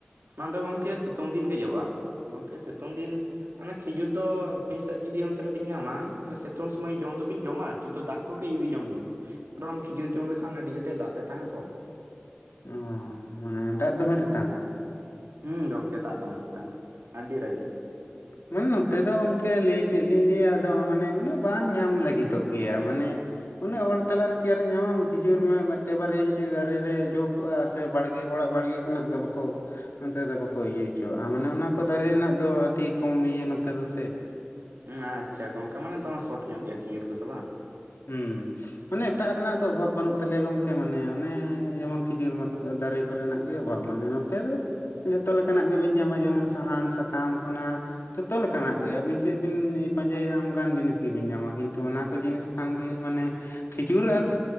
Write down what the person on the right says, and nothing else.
ᱵᱟᱝ ᱫᱚ ᱜᱚᱝᱠᱮ ᱥᱮᱛᱳᱝ ᱫᱤᱱ ᱜᱮ ᱡᱚᱜᱼᱟ ᱜᱚᱝᱠᱮ ᱥᱮᱛᱳᱝ ᱫᱤᱱ ᱢᱮᱱᱮᱠ ᱠᱷᱤᱡᱩᱨ ᱫᱚ ᱟᱹᱵᱤᱱ ᱥᱮᱫ ᱡᱩᱫᱤ ᱚᱱᱛᱮ ᱨᱮᱵᱤᱱ ᱧᱟᱢᱟ ᱢᱟᱱᱮ ᱥᱮᱛᱝ ᱥᱳᱚᱢᱚᱭ ᱡᱚᱢ ᱫᱚᱵᱤᱱ ᱡᱚᱢᱟ, ᱠᱤᱱᱛᱩ ᱫᱟᱜ ᱠᱚ ᱠᱟᱹᱡ ᱤᱫᱤ ᱡᱚᱝ ᱵᱤᱱ ᱠᱟᱨᱚᱱ ᱠᱷᱤᱡᱩᱨ ᱡᱚᱢ ᱞᱮᱠᱷᱟᱱ ᱟᱰᱤ ᱠᱮᱴᱮᱡ ᱫᱟᱜ ᱛᱮᱛᱟᱝᱟᱛᱚ ᱾
ᱦᱩᱸ ᱜᱚᱝᱠᱮ ᱫᱟᱜ ᱫᱚᱢᱮ ᱛᱮᱛᱟᱝᱟ ᱟ ᱰᱤ ᱨᱟ ᱜᱤ,
ᱦᱮᱸ ᱟᱪᱼᱪᱷᱟ, ᱜᱚᱝᱠᱮ ᱢᱟᱱᱮ ᱫᱚᱢᱮ ᱥᱚᱴ ᱧᱚᱜ ᱜᱮᱭᱟ ᱠᱷᱤᱡᱩᱨ ᱠᱚᱫᱚ ᱵᱟᱝ?